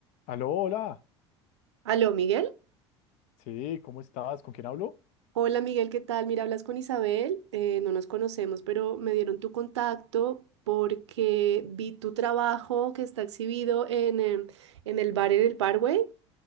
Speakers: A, on the left (about 55°); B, on the right (about 75°).
A: Aló, hola.
B: Aló, Miguel.
A: Sí, ¿cómo estás? ¿Con quién hablo?
B: Hola, Miguel, ¿qué tal? Mira, hablas con Isabel. eh, no nos conocemos, pero me dieron tu contacto porque vi tu trabajo que está exhibido en, em, en el bar en el Parkway